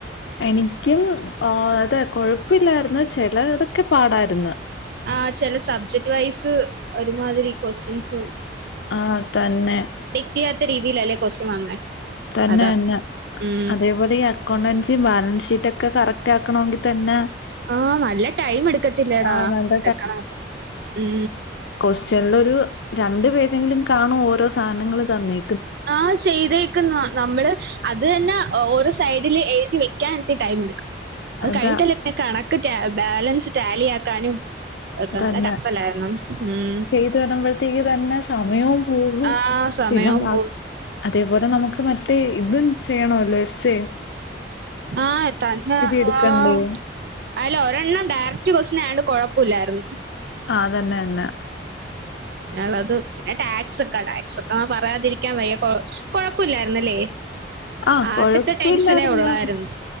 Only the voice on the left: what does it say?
എനിക്കും ആ അതെ കൊഴപ്പില്ലായിരുന്ന ചില ഇതൊക്കെ പാടാരുന്നു
ആഹ് തന്നെ
തന്നെ
തന്നെ അ
അതേപോലെ ഈ അക്കൗണ്ടൻസി ബാലൻസ് ഷീറ്റ് ഒക്കെ കറക്റ്റ് ആക്കണമെങ്കിൽ തന്നെ
ആ, നല്ല
കൊസ്റ്റ്യനൽ ഒരു രണ്ട് പേജെങ്കിലും കാണും ഓരോ സാനങ്ങൾ തന്നീ
അതാ
തന്നെ
<unintelligible> വരുമ്പോഴത്തേക്ക് തന്നെ സമയവും പോകും
പിന്നെ ബാ
അതേപോലെ നമുക്ക് മറ്റേ ഇതും ചെയ്യണല്ലോ എസ്എ
എടുക്കണ്ടേ?
ആ അതന്നെ ന്നെ
ആ
കൊഴപ്പില്ലായിരുന്നു.